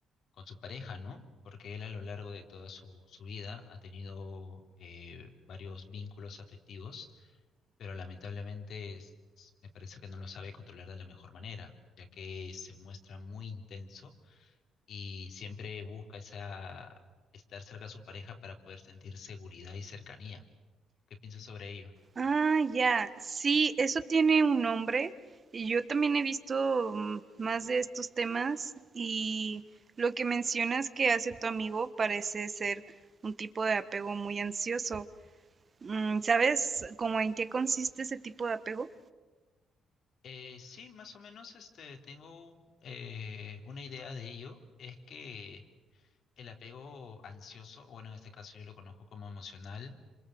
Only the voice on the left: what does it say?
con su pareja, ¿no? Porque él a lo largo de toda su, su vida ha tenido eh, varios vínculos afectivos, pero lamentablemente es- me parece que no lo sabe controlar de la mejor manera, ya que se muestra muy intenso y siempre busca esa, estar cerca de su pareja para poder sentir seguridad y cercanía. ¿Qué piensas sobre ello?
Eh, sí, más o menos este, tengo un, eh, una idea de ello. Es que el apego ansioso, o bueno, en este caso yo lo conozco como emocional,